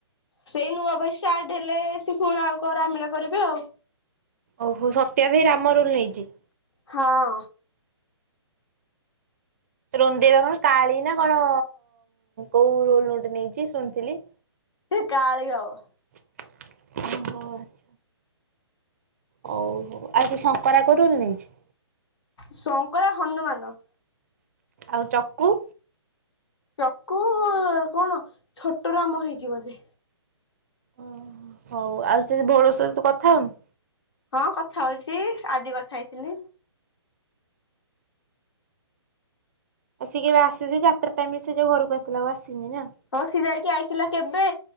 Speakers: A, on the left; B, on the right.
A: ସେଇ ନୂଆ ବହି ଷ୍ଟାର୍ଟ ହେଲେ ସେ ପୁଣି ଆଉ କରାମିଳା କରିବେ ଆଉ।
B: ଓହୋ ସତ୍ୟା ବି ରାମ ରୁଲ ନେଇଛି।
A: ହଁ।
B: ରୋନି ଦେଇ କଣ କାଳି ନା କଣ କୋଉ ରୋଲ ନୋଟ ନେଇଛି ଶୁଣିଥିଲି।
A: ସେ କାଳି ହବ।
B: ଓ ହୋ। ହଉ ହଉ ଆଉ କି ଶଙ୍କରା କୋଉ ରୁଲ ନେଇଛି।
A: ଶଙ୍କରା ହନୁମାନ।
B: ଆଉ ଚକୁ।
A: ଚକୁ କଣ ଛୋଟ ରାମ ହେଇଛି ବୋଧେ।
B: ଉଁ ହୁଁ ହଉ ଆଉ ସେ ଭୋଳ ସହ ତୁ କଥା ହୋଉନୁ।
A: ହଁ କଥା ହଉଚି। ଆଜି କଥା ହେଇଥିଲି।
B: ଆଉ ସିଏ କେବେ ଆସିଛି। ଯାତ୍ରା ଟାଇମ୍ ରେ ସେ ଯଉ ଘରକୁ ଆସିିଥିଲା ଆଉ ଆସିନି ନା।
A: ହଁ ସି ଯାଇକି ଆଇଥିଲା କେବେ